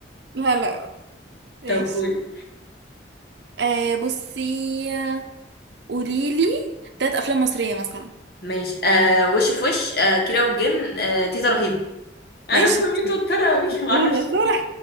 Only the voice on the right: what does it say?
لا لا ماشي
آه بصي قوليلي تلات افلام مصريه مثلا
ماشي شطور
صورة صورة